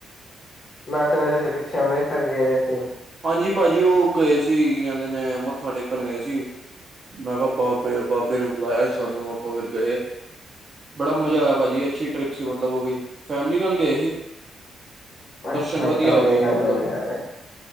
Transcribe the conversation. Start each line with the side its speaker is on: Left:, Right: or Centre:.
Left: ਮੈਂ ਸੁਣਿਆ ਸੀ ਪਿੱਛੇ ਅੰਮ੍ਰਿਤਸਰ ਗਏ ਦੇ ਸੀ।
Right: ਹਾਂਜੀ, ਭਾਜੀ ਉਹ ਗਏ ਸੀ। ਕੀ ਕਹਿੰਦੇ ਨੇ ਮੱਥਾ ਟੇਕਣ ਗਏ ਸੀ। ਮੈਂ ਕਿਹਾ ਬਾਬੇ-ਬਾਬੇ ਨੇ ਬੁਲਾਇਆ ਸੀ ਸਾਨੂੰ ਆਪਾਂ ਫਿਰ ਗਏ। ਬੜਾ ਮਜ਼ਾ ਆਇਆ ਪਾਜੀ ਅੱਛੀ ਟਰਿਪ ਸੀ ਮਤਲਬ ਉਹ ਵੀ। ਫੈਮਲੀ ਨਾਲ ਗਏ ਹੀ। ਦਰਸ਼ਨ
Left: ਅੱਛਾ-ਅੱਛਾ
Right: ਵਧੀਆ ਹੋ ਗਏ ਹੀ
Left: ਗੱਲ
Right: ਮਤਲਬ।
Left: ਐ ਵਧੀਆ ਗੱਲ ਐ।